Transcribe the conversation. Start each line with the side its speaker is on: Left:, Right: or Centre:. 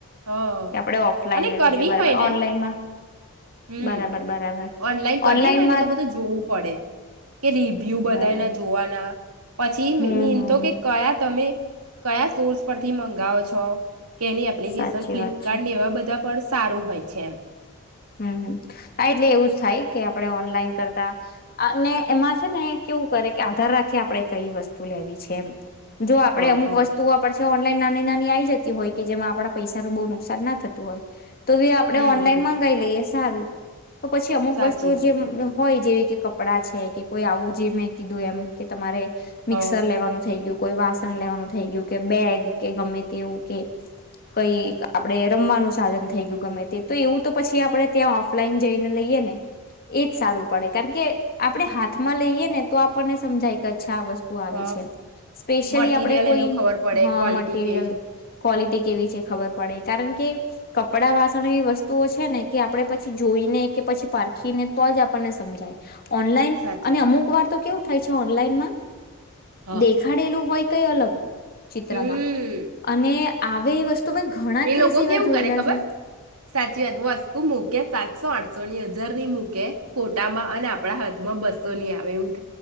Right: હ
Left: કે આપડે ઓફલાઈન
Right: અને
Left: લેવું
Right: કરવી
Left: જોઈએ બરાબર
Right: હોય ને
Left: ઓનલાઈનમાં
Right: હમ્મ
Left: બરાબર બરાબર
Right: ઓનલાઈન કરવી
Left: ઓનલાઈનમાં
Right: હોય ને તો બધું જોવું પડે કે રિવ્યુ બધાંના
Left: બરાબર
Right: જોવાના પછી
Left: હમ
Right: મીનતો
Left: હમ
Right: કે કયા તમે? કયા સોર્સ પરથી મંગાવો છો? કેની એપ્લિકેશન
Left: સાચી
Right: ફ્લિપકાર્ટને
Left: વાત છે
Right: એવા બધા પણ સારું હોય છે એમ.
Left: હમ્મ. હા. એટલે એવું જ થાય કે આપડણે ઓનલાઈન કરતા અને એમાં છે ને કેવું કરે કે, આધાર રાખી આપણે કઈ વસ્તુ લેવી છે એમ. જો આપડે
Right: હ હ
Left: અમુક વસ્તુઓ પડશે ઓનલાઈન નાની નાની આઈ જતી હોય કે, જેમાં આપણા પૈસાનું બહુ નુકસાન ના થતું હોય તો બી આપણે
Right: હમ
Left: ઓનલાઈન
Right: હમ
Left: મંગા સારું. તો પછી અમુક
Right: સાચી
Left: વસ્તુ
Right: વાત
Left: જેમ હોય જેવી કે કપડાં છે, કે કોઈ આવું જે મેં કીધું એમ કે તમારે
Right: હ
Left: મિક્સર લેવાનું થઇ ગયું, કોઈ વાસન લેવાનું થઈ ગયું, કે બેગ કે ગમે તે એવું કે કઈ આપણે રમવાનું સાધન થઈ ગયું, ગમે તે તો એવું તો પછી આપણે ત્યાં ઓફલાઈન જઈને લઈએ ને એજ સારું પડે કારણ કે આપડે હાથમાં લઈએ ને તો આપણને સમજાય- આ વસ્તુ આવી
Right: હ
Left: છે, સ્પેશિયલી
Right: મટીરિયલ
Left: આપણે કોઈ
Right: એનું ખબર પડે
Left: હ
Right: ક્વોલિટી
Left: મટીરિયલ
Right: કેવી છે
Left: ક્વોલિટી કેવી છે ખબર પડે કારણ કે કપડાં વાસણ એવી વસ્તુઓ છે ને કે આપડણે પછી જોઈને કે પછી પારખીને તો જ આપણને સમજાય ઓનલાઈન
Right: સાચી
Left: અને
Right: વાત
Left: અમુક વાર તો કેવું ઓનલાનમાં
Right: હ
Left: દેખાડેલું હોય કઈ અલગ ચિત્રમાં
Right: હમ
Left: અને આવે વસ્તુ મેં ઘણા
Right: એ
Left: કેસ
Right: લોકો
Left: એવા
Right: કેવું
Left: જોયેલા
Right: કરે ખબર,
Left: છે
Right: સાચી વાત બસ તું મૂકે સાતસો, આઠસો ની હજર ની મૂકે ફોટામાં અને આપણા હાથમાં બસો ની આવે એવું